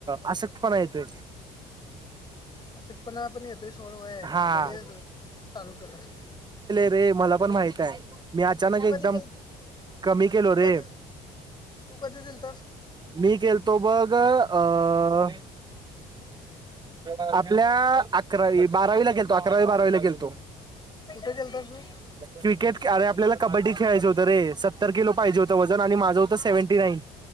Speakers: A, on the right; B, on the left.
A: आशक्त पणा येतोय.
B: अशे पण आपण येतोय सोडवाया
A: हा
B: लगेल चालू केलं अस
A: ते मला पण माहित आहे. मी अचानक एकदम
B: कधी गेल
A: कमी केलो
B: तू
A: रे
B: कधी तू कधी गेलतास
A: मी केलतो बघ. ग अ <unintelligible> आपल्या अकरावी बारावीला गेलतो, अकरावी बारावीला गेलतो.
B: कुठे गेलतास तू
A: क्रिकेट अरे आपल्याला कबड्डी. घ्यायचं होत रे स. तर केल पाहिजे होंत वजन आणि माझं द सेवंटी नाईन